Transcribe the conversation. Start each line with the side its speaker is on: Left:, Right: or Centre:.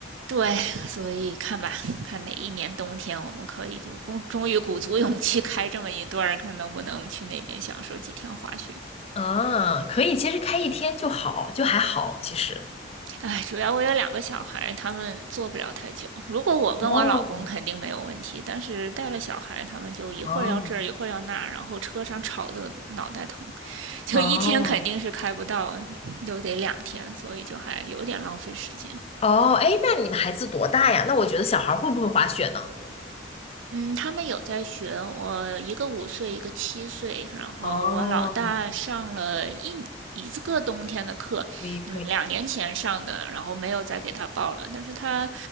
Right: 对，所以看吧，看哪一年冬天我们可以就终终于鼓足勇气开这么一段儿，看能不能去那边享受几天滑雪。
Left: 嗯，可以，其实开一天就好，就还好，其实。
Right: 哎，主要我有两个小孩，他们坐不了太久。如果我跟我老公肯定没有问题，
Left: 哦，
Right: 但是带了小孩，他们就一会儿要这儿，
Left: 哦
Right: 一会儿要那儿，然后车上吵得脑袋疼，就一天肯定是开不到，
Left: 哦
Right: 又得两天，所以就还有点浪费时间。
Left: 哦，哎，那你们孩子多大呀？那我觉得小孩儿会不会滑雪呢？
Right: 嗯，他们有在学，我一个五岁，一个七岁，然后我老大上了一一个冬天的课，
Left: 哦，可以可以，
Right: 嗯，两年前上的，
Left: 可
Right: 然后没有再给他报了。但是他，